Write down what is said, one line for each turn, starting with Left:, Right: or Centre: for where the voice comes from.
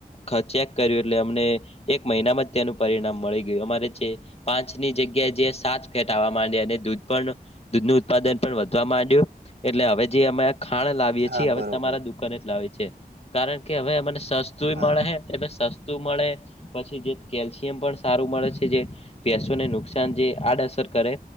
Left: ખ ચેક કર્યું એટલે અમને એક મહિનામાં જ તેનું પરિણામ મળી ગયું અમારે છે પાંચની જગ્યા એ જયાં સાત ફેટ આવવા માંડયા અને દૂધ પણ દૂધ નુ ઉત્પાદન પણ વધવા માંડ્યું. એટલે હવે જે અમે ખાણ લાવીએ
Right: હા
Left: છીએ એ હવે
Right: બરોબર
Left: તમારા દુકાને જ લાવએ છેીએ. કારણ કે હવે અમને સસ્તું
Right: હા
Left: મળે
Right: હા
Left: એલે સસ્તું મળે પછી જે કેલ્શિયમ પણ સારું મળે છે જે પસોને નુકસાન જે આડઅસર કરે